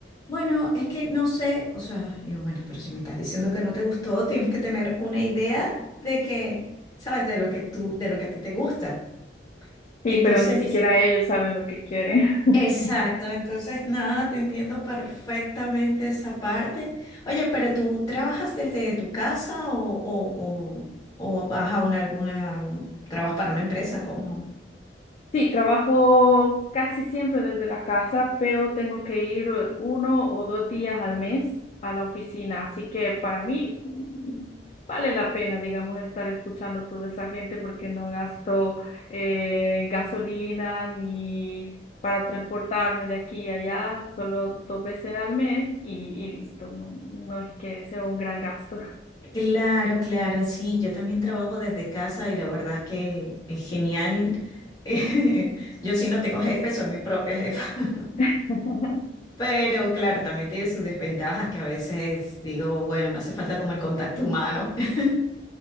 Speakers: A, on the left; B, on the left.
A: Bueno, es que no sé, o sea, yo, bueno, pero si me estás diciendo que no te gustó, tienes que tener una idea de que ¿sabes? De lo que tú, de lo que a ti te gusta.
B: sí,
A: Entonces,
B: pero ni siquiera ellos saben lo que quieren.
A: exacto,
B: <laughs>
A: entonces nada, te entiendo perfectamente esa parte. Oye, pero ¿tú trabajas desde tu casa o, o, o, o vas a una, alguna, un- trabajas para una empresa? ¿Cómo?
B: Sí, trabajo casi siempre desde la casa, pero tengo que ir eh, uno o dos días al mes a la oficina, así que para mí mm, vale la pena, digamos, estar escuchando a toda esa gente porque no gasto eh, gasolina ni para transportarme de aquí a allá, solo dos veces al mes y, y listo, no, no es que sea un gran gasto.
A: Claro, claro, sí, yo también trabajo desde casa y la verdad que es genial. <laughs> yo sí no tengo jefe, soy mi propia jefa. <laughs>
B: <laughs>
A: Pero claro, también tiene sus desventajas que a veces digo, bueno, me hace falta como el contacto humano. <laughs>